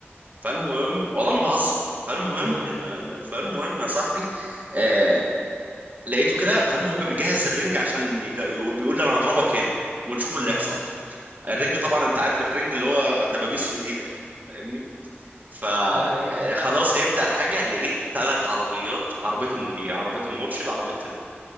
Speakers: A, on the right; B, on the right.
A: فالمهم والله ما بهزر فالمهم
B: <laughs> لول
A: ان فالمهم يا صاحبي آه... لقيته كده فالمهم بيجهز الرنج عشان يج... بيقول لي انا هضربك هنا ونشوف اللي يحصل
B: اه
A: الرنج طبعا انت عارف الرنج اللي هو دبابيس في ايدك فاهمني فخلاص
B: ايوه ايوه عارف
A: هيبدأ الحاجة لقيت ثلاث عربيات عربية المذيع عربية المرشد عربية ال...